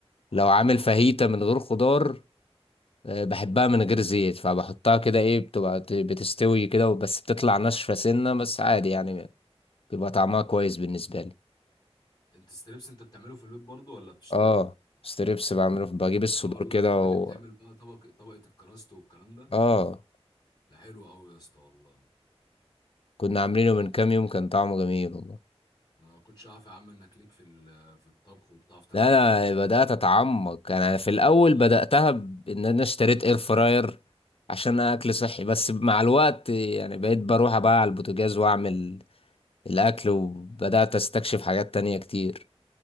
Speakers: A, on the left (about 60°); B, on the left (about 40°).
A: لو عامل
B: اه
A: فاهيتا من غير خضار آه، بحبها من غير زيت فبحطها كده ايه بتبقى بتستوي كده بس بتطلع ناشفة سنة بس عادي يعني بيبقى طعمها كويس بالنسبة لي
B: انت ستريبس انت بتعمله في البيت برضه ولا بتشتريه
A: اه ستريبس بعمله بجيب الصدور
B: لا والله
A: كده
B: انت
A: و...
B: اللي بتعمل بقى طبق طبقه الكراست والكلام ده
A: اه
B: ده حلو قوي يا اسطى والله
A: كنا عاملينه من كام يوم كان طعمه جميل والله
B: انا ما كنتش عارف يا عم انك ليك في ال- في الطبخ وبتعرف تعمل
A: لا انا
B: الحاجات دي كلها
A: بدات اتعمق انا في الاول
B: اه
A: بداتها بان انا اشتريت اير فراير عشان اكل صحي
B: أيوه.
A: بس مع الوقت يعني بقيت بروح بقى على البوتاجاز واعمل الاكل وبدات استكشف حاجات تانية كتير